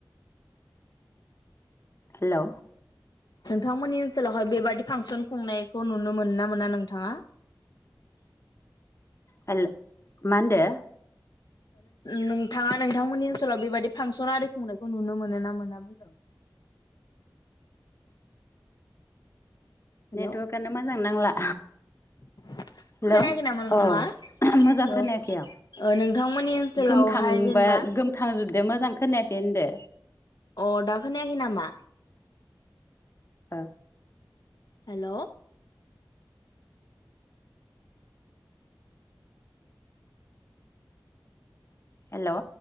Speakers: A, on the left; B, on the left.
A: हेलौ
B: नोंथांमोननि ओनसोलावहाय बेबादि फांसन खुंनायखौ नुनो मोना मोना नोंथाङा
A: हेल मा होनदो
B: नोंथाङा नोंथांमोननि ओनसोलाव बेबदि फांसन आरि खुंनायखौ नुनो मोनो ना मोनना बुंदों <inaudible> हेलौ
A: नेटवारकआनो मोजां नांला
B: <inaudible>
A: हेलौ
B: खोनायाखै नामा नोंथाङा
A: औ मोजां
B: औ
A: खोनायाखै आं
B: ओ नोंथांमोननि ओनसोलावहाय
A: गोमखांबा
B: जेनेबा
A: गोमखांजोबदो मोजां खोनायाखै होनदो
B: अ दाखोनायाखै नामा
A: ओ
B: हेलौ
A: हेलौ